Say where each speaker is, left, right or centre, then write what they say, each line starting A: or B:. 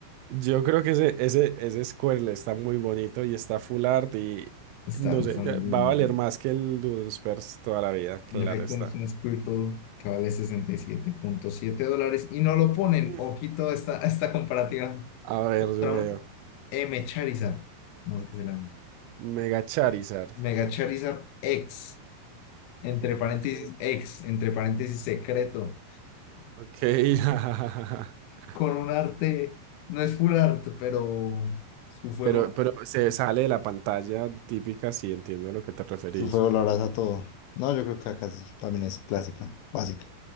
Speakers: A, on the right; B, on the left.
A: Yo creo que ese, ese, ese Squirrel está muy bonito y está full art y
B: está,
A: no sé,
B: está muy
A: ya
B: bonito.
A: va a valer más que el Dunsparce toda la vida, claro
B: En efecto,
A: está.
B: es un Squirtle que vale sesenta y siete punto siete dólares y no lo ponen.
A: Mm.
B: Ojito a esta, a esta comparativa
A: A ver,
B: contra
A: yo veo.
B: un M Charizard. No sé qué se llama.
A: Mega Charizard.
B: Mega Charizard X, entre paréntesis
A: Ok,
B: X, entre paréntesis secreto.
A: ok. <laughs>
B: con un arte, no es full art, pero su fuego.
A: Pero, pero se sale de la pantalla típica, sí, entiendo a lo que te referís.
B: Su fuego lo abraza todo. No, yo creo que acá es- también es clásica, básica.